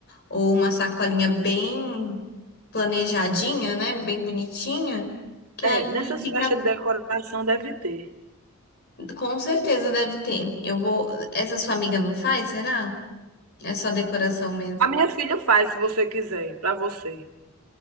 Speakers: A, on the left; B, on the right.
A: ou uma sacolinha bem planejadinha, né? Bem bonitinha, que
B: É.
A: aí
B: É, nessas
A: fica.
B: festas de decoração deve ter.
A: Com certeza deve ter. Eu vou. Essa sua amiga não faz, será? É só decoração mesmo.
B: A minha filha faz, se você quiser, para você.